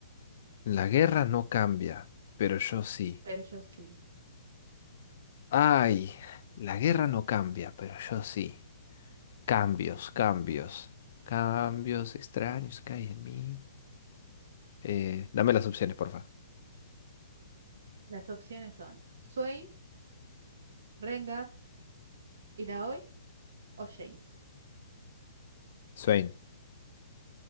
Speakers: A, on the left; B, on the right.
A: La guerra no cambia, pero yo sí.
B: Pero yo sí.
A: Ay, la guerra no cambia, pero yo sí. Cambios, cambios. Cambios extraños que hay en mí. Eh, dame las opciones, porfa.
B: Las opciones son Swain, Rengar, Illaoi o Jace.
A: Swain.